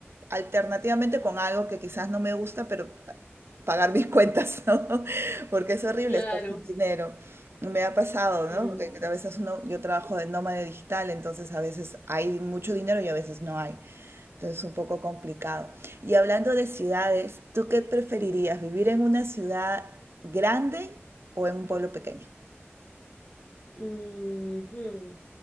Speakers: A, on the right; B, on the left.
A: alternativamente con algo que quizás no me gusta, pero pa- pagar mis cuentas, ¿no? <laughs> Porque es horrible
B: claro.
A: estar sin dinero. Me ha pasado,
B: mm,
A: ¿no? Porque a veces uno, yo trabajo de nómada digital, entonces a veces hay mucho dinero y a veces no hay. Entonces, es un poco complicado. Y hablando de ciudades, ¿tú qué preferirías? ¿Vivir en una ciudad grande o en un pueblo pequeño?
B: mm, hmm.